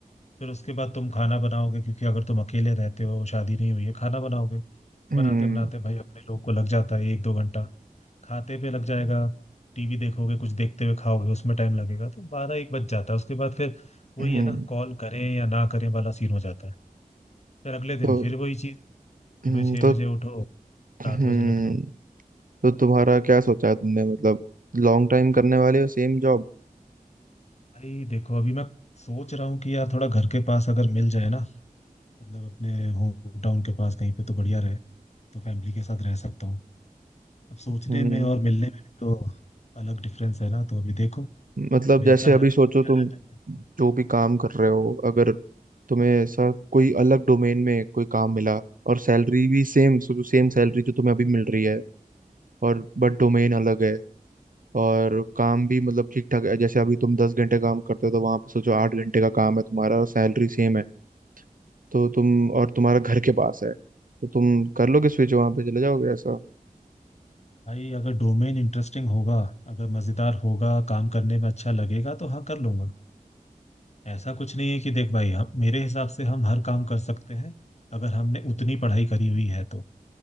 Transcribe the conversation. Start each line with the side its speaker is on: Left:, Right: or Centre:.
Left: फिर उसके बाद तुम खाना बनाओगे क्योंकि अगर तुम अकेले रहते हो शादी नहीं हुई है खाना बनाओगे
Right: हम्म
Left: बनाते बनाते भाई अपने लोग को लग जाता है एक दो घंटा खाते पे लग जाएगा टीवी देखोगे कुछ देखते हुए खाओगे उसमें टाइम लगेगा तो बारह एक बज जाता है उसके बाद फिर वही
Right: हम्म
Left: है ना कॉल करें या ना करें वाला सीन हो जाता है फिर अगले दिन
Right: तो
Left: फिर वही चीज सुबह
Right: हम्म,
Left: छह
Right: तो
Left: बजे उठो सात
Right: हम्म
Left: बजे निकलो
Right: तो तुम्हारा क्या सोचा है तुमने मतलब लॉन्ग टाइम करने वाले हो सेम जॉब
Left: भाई देखो अभी मैं सोच रहा हूँ कि यार थोड़ा घर के पास अगर मिल जाए ना मतलब अपने होम टाउन के पास कहीं पे तो बढ़िया रहे तो फैमिली के साथ रह सकता हूँ अब सोचने
Right: हम्म
Left: में और मिलने में भी तो अलग डिफरेंस है ना तो अभी देखो
Right: मतलब
Left: मिलता
Right: जैसे अभी
Left: है तो
Right: सोचो
Left: बढ़िया
Right: तुम
Left: है नहीं है तो-
Right: जो भी काम कर रहे हो अगर तुम्हें ऐसा कोई अलग डोमेन में कोई काम मिला और सैलरी भी सेम सोचो सेम सैलरी जो तुम्हें अभी मिल रही है और बट डोमेन अलग है और काम भी मतलब ठीक ठाक है जैसे अभी तुम दस घंटे काम करते हो तो वहां पे सोचो आठ घंटे का काम है तुम्हारा और सैलरी सेम है तो तुम और तुम्हारा घर के पास है तो तुम कर लोगे स्विच वहां पे चले जाओगे ऐसा
Left: भाई अगर डोमेन इंटरेस्टिंग होगा अगर मजेदार होगा काम करने में अच्छा लगेगा तो हाँ कर लूंगा ऐसा कुछ नहीं है कि देख भाई हम मेरे हिसाब से हम हर काम कर सकते हैं अगर हमने उतनी पढ़ाई करी हुई है तो